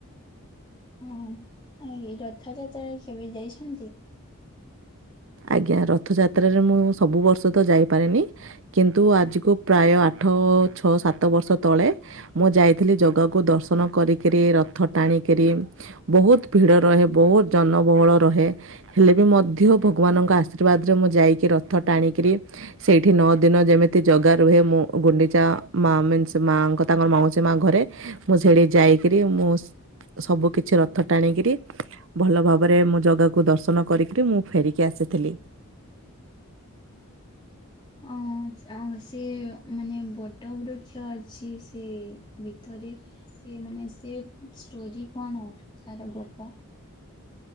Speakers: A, on the left; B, on the right.
A: ହଁ ଏଇ ରଥଯାତ୍ରା କେବେ ଯାଇଛନ୍ତି?
B: ଆଜ୍ଞା ରଥଯାତ୍ରାରେ ମୁଁ ସବୁ ବର୍ଷ ତ ଯାଇପାରେନି। କିନ୍ତୁ ଆଜିକୁ ପ୍ରାୟ ଆଠ ଛଅ ସାତ ବର୍ଷ ତଳେ ମୁଁ ଯାଇଥିଲି ଜଗାକୁ ଦର୍ଶନ କରିକିରି ରଥ ଟାଣିକିରି ବହୁତ ଭିଡ଼ ରହେ ବହୁତ ଜନବହୁଳ ରହେ ହେଲେ ବି ମଧ୍ୟ ଭଗବାନଙ୍କ ଆଶୀର୍ବାଦରେ ମୁଁ ଯାଇକି ରଥ ଟାଣିକିରି ସେଇଠି ନଅ ଦିନ ଯେମିତି ଜଗା ରୁହେ ମୁଁ ଗୁଣ୍ଡିଚା ମା ମୀନସ ମାଙ୍କ ତାଙ୍କର ମାଉସୀ ମା ଘରେ। ମୁଁ ସେଠିକି ଯାଇକିରି ମୁଁ ସବୁ କିଛି ରଥ ଟାଣିକିରି ଭଲ ଭାବରେ ମୋ ଜାଗାକୁ ଦର୍ଶନ କରିକିରି ମୁଁ ଫେରି କି ଆସିଥିଲି।
A: ଅ ଅ ସେ ମାନେ ବଡ଼ ବୃକ୍ଷ ଅଛି ସେ ଭିତରେ। ସେ ମାନେ ସେ ଷ୍ଟୋରି କଣ ତାର ଗପ?